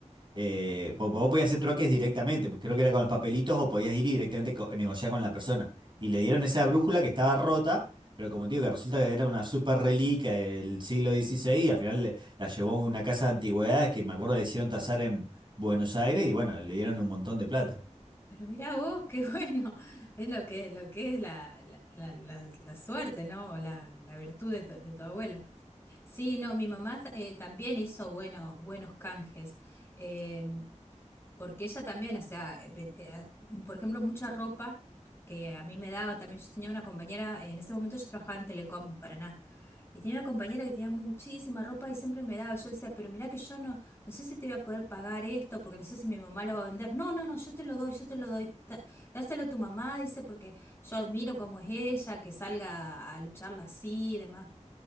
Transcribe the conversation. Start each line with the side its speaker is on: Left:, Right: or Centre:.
Right: Eh, po- vos podías hacer troques directamente, porque creo que era con los papelitos o podías ir y directamente co- negociar con la persona. Y le dieron esa brújula que estaba rota, pero como te digo, que resulta que era una super reliquia del siglo dieciséis y al final le- la llevó a una casa de antigüedades que me acuerdo le hicieron tasar en Buenos Aires y bueno, le dieron un montón de plata.
Left: Pero mirá vos, qué bueno. <laughs> Es lo que, lo que es la, la, la, la- la suerte, ¿no? O La, la virtud de tu, de tu abuela. Sí, no, mi mamá eh, también hizo bueno, buenos canjes. Em, porque ella también, o sea, eh, ve- eh, por ejemplo, mucha ropa que a mí me daba también, yo tenía una compañera, eh, en ese momento yo trabajaba en Telecom de Paraná, y tenía una compañera que tenía muchísima ropa y siempre me daba, yo le decía, pero mirá que yo no, no sé si te voy a poder pagar esto, porque no sé si mi mamá lo va a vender, no, no, no, yo te lo doy, yo te lo doy, Da- dáselo a tu mamá, dice, porque yo admiro cómo es ella, que salga a a lucharla así y demás,